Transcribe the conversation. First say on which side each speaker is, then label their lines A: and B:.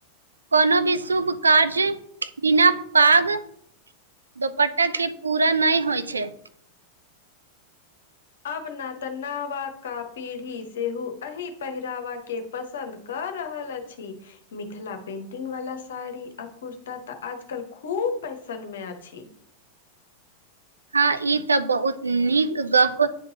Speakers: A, on the right; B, on the left.
A: कोनो भी शुभ कार्ज बिना पाग दोपट्टा केँ पूरा नय होइ छै
B: अब नऽ तऽ नावाका पीढ़ी सेहो एहि पहिरावा केँ पसन्द कऽ रहल अछि मिथिला पेन्टिंगवला साड़ी आ कुर्ता तऽ आजकल खूब फैशनमे अछि
A: हँ ई तऽ बहुत नीक गप